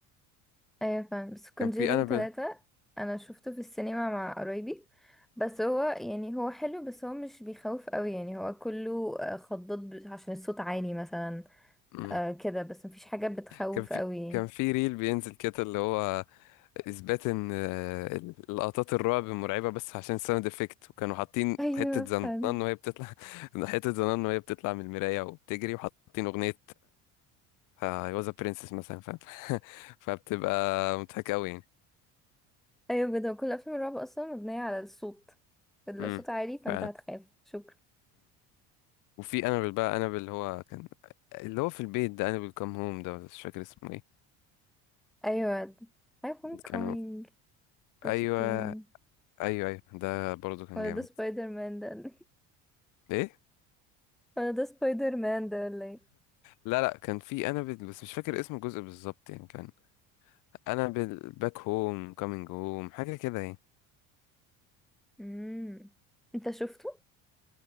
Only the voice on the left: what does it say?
كان في انابل
امم
كان في
كان في ريل بينزل كده اللي هو اثبات ان آه، لقطات الرعب مرعبه بس عشان ساوند افكت وكانوا حاطين
حته
زنان وهي بتطلع <laughs> حته زنان وهي بتطلع من المرايه وبتجري وحاطين اغنيه اي واز ا برنسس مثلا فاهم <laughs> فبتبقى مضحكه قوي يعني
امم
فعلا
وفي انابل بقى انابل اللي هو كان اللي هو في البيت ده انابل كام هوم ده ولا مش فاكر اسمه ايه
كانوا
ايوه
ايوه ايوه ده برضه كان
جامد
ايه
لا لا كان في انابل بس مش فاكر اسم الجزء بالظبط يعني كان انابل باك هوم كامينج هوم حاجه كده يعني